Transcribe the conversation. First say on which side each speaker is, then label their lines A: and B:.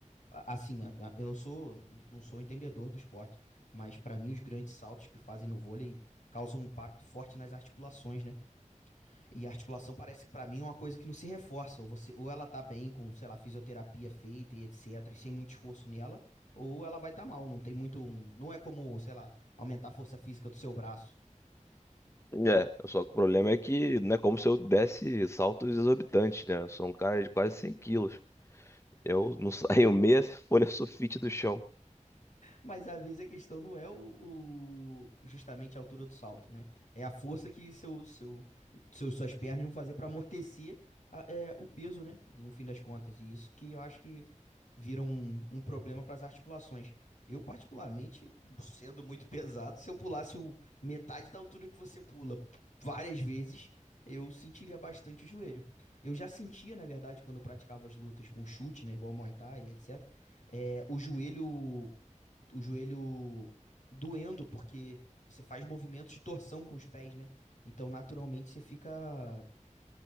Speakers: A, on the left (about 65°); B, on the left (about 20°).
A: a- assim, a- a- eu sou, não sou entendedor do esporte, mas para mim os grandes saltos que fazem no vôlei causam um impacto forte nas articulações, né? E a articulação parece que pra mim é uma coisa que não se reforça. Ou, você, ou ela tá bem com, sei lá, fisioterapia feita e etc, e sem muito esforço nela, ou ela vai estar tá mal. Não tem muito. um- não é como, sei lá, aumentar a força física do seu braço.
B: É, só que o problema é que não é como se eu desse saltos exorbitantes, né? Eu sou um cara de quase 100 quilos. Eu não <laughs> saio meia folha sulfite do chão.
A: Mas às vezes a questão não é o, o- justamente a altura do salto, né? É a força que seu, seu, seu- suas pernas vão fazer para amortecer a- é, o peso, né? No fim das contas. E isso que eu acho que vira um, um problema para as articulações. Eu, particularmente, sendo muito pesado, se eu pulasse o- metade da altura que você pula várias vezes, eu sentiria bastante o joelho. Eu já sentia, na verdade, quando eu praticava as lutas com chute, né? Igual Muay Thai, etc. é, o joelho o joelho doendo, porque você faz movimentos de torção com os pés, né? Então, naturalmente, você fica